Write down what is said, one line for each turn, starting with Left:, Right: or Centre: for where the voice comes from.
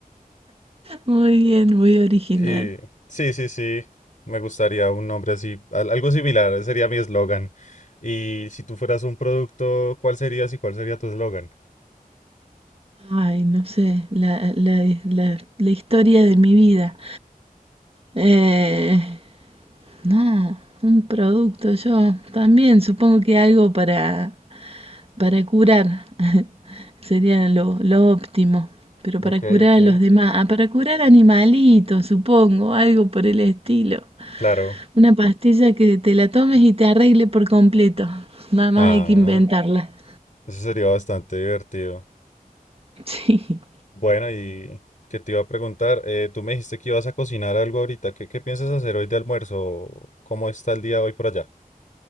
Right: muy bien, muy original.
Left: Y sí, sí, sí, me gustaría un nombre así, al- algo similar, ese sería mi eslogan. Y si tú fueras un producto, ¿cuál serías y cuál sería tu eslogan?
Right: Ay, no sé, la, la- la- la historia de mi vida. Eh, no, un producto, yo también supongo que algo para... para curar. <laughs> Sería lo, lo óptimo. Pero para
Left: Ok,
Right: curar
Left: ok.
Right: a los demás. Ah, para curar animalitos, supongo, algo por el estilo.
Left: Claro.
Right: Una pastilla que te la tomes y te arregle por completo. Nada más
Left: Ah,
Right: hay que inventarla. <laughs>
Left: eso sería bastante divertido.
Right: Sí.
Left: Bueno, y que te iba a preguntar, Eh, tú me dijiste que ibas a cocinar algo ahorita. ¿Qué, qué piensas hacer hoy de almuerzo? ¿Cómo está el día hoy por allá?